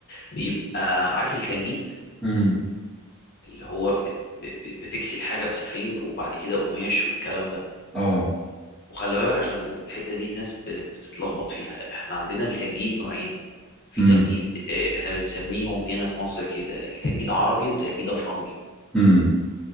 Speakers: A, on the left; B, in the centre.
A: بيبقى عارف التنجيد
B: امم
A: اللي هو بت... ب- ب- بتكسي الحاجه بسفنج وبعد كده قماش والكلام ده
B: اه
A: وخلي بالك عشان الحتة دي الناس ب- بتتلخبط فيها احنا عندنا التنجيد نوعين في
B: امم
A: تنجيد آه، احنا بنسميهم هنا في مصر كده التنجيد عربي وتنجيد افرنجي
B: امم